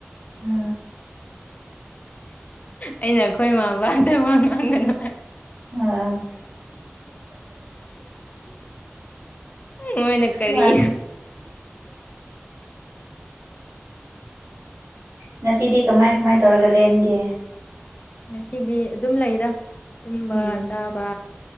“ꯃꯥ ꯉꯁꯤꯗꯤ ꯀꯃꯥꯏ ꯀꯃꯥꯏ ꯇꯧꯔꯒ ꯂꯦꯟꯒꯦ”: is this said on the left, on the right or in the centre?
Right